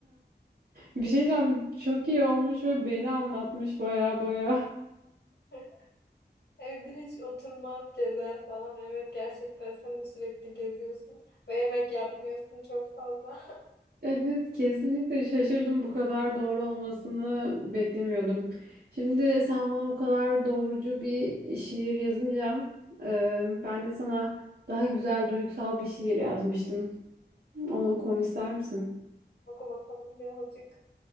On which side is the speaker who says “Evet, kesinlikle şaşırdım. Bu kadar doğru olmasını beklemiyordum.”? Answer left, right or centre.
Right